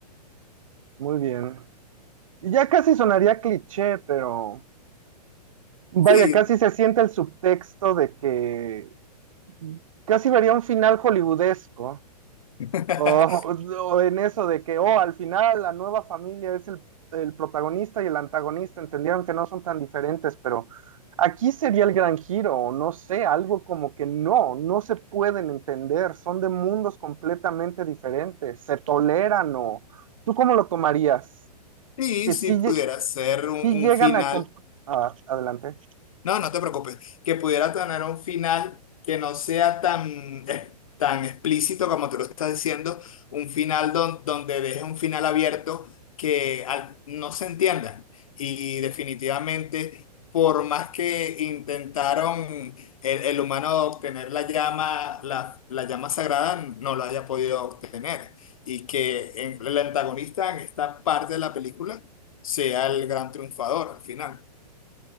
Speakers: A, on the right; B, on the left.
A: Muy bien. Y Ya casi sonaría cliché, pero vaya,
B: Sí,
A: casi se siente el subtexto de que casi vería un final hollywoodesco
B: <laughs>
A: O, o en eso de que, oh, al final la nueva familia es el, el protagonista y el antagonista, entendieron que no son tan diferentes, pero aquí sería el gran giro, o no sé, algo como que no, no se pueden entender, son de mundos completamente diferentes, se toleran o... ¿Tú cómo lo tomarías?
B: sí,
A: Que
B: sí
A: sí,
B: pudiera
A: lle-
B: ser un,
A: sí
B: un
A: llegan
B: final.
A: a... comp- ah, adelante.
B: No, no te preocupes. Que pudiera tener un final que no sea tan, eh, tan explícito como tú lo estás diciendo, un final don- donde deje un final abierto que al- no se entienda. Y definitivamente, por más que intentaron el, el humano obtener la llama, la, la llama sagrada, no lo haya podido obtener. Y que en- el antagonista en esta parte de la película sea el gran triunfador al final.